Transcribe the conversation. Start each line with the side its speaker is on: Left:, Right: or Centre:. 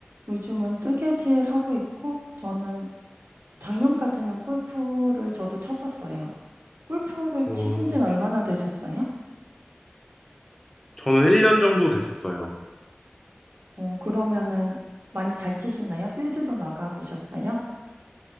Right: 요즘은 뜨개질 하고 있고, 저는 작년까지는 골프를 저도 쳤었어요. 골프를
Centre: 음,
Right: 치신 지는 얼마나 되셨어요?
Centre: 저는 1년 정도 됐어요.
Right: 어, 그러면은 많이 잘 치시나요? 필드도 나가 보셨어요?